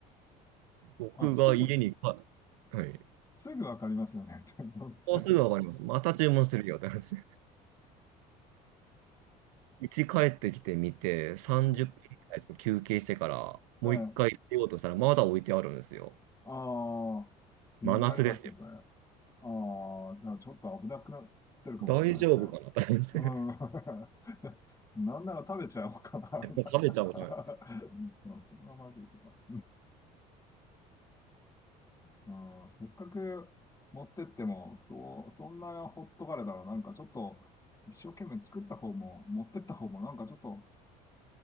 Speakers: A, on the right (about 85°); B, on the left (about 15°).
A: 僕が家に、
B: あ、すぐ、
A: あはい。
B: すぐわかりますよね。<laughs>
A: もうすぐわかります。また注文するよって話。家帰ってきてみて、30分くらいちょっと休憩してから、
B: うん。<laughs> はい。
A: もう一回出ようとしたら、まだ置いてあるんですよ。
B: ああ、気になりますね、
A: 真夏ですよ。
B: これ。ああ、じゃあちょっと危なくなってるかもしれないですね。
A: 大丈夫かなって感じです。
B: うん。<laughs> なんなら食べちゃおうかな、
A: <laughs>
B: みたいな。
A: 食べちゃうから。
B: うんそんなまずいけど。うん、せっかく持ってっても、そう、そんなほっとかれたら、なんかちょっと、一生懸命作った方も、持ってった方も、なんかちょっと、